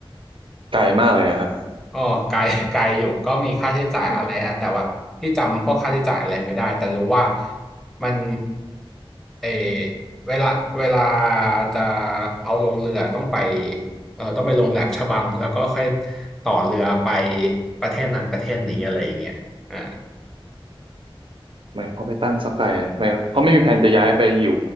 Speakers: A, on the right (about 65°); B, in the centre.
A: ไกลมากเลยนะครับ
B: อ๋อไกล <laughs> ไกลอยู่ก็มีค่าใช้จ่ายอะไรฮะแต่ว่าพี่จำพวกค่าใช้จ่ายอะไรไม่ได้แต่รู้ว่า
A: โอ้
B: มันเออเวลาเวลาจะเอาลงเรือต้องไปเออต้องไปลงแหลมฉบังแล้วก็ค่อยต่อเรือไปประเทศนั้นประเทศนี้อะไรอย่างเงี้ยอ่า
A: ทำไมเขาไปตั้งสักไกลทำไมเขาไม่มีแผนจะย้ายไปอยู่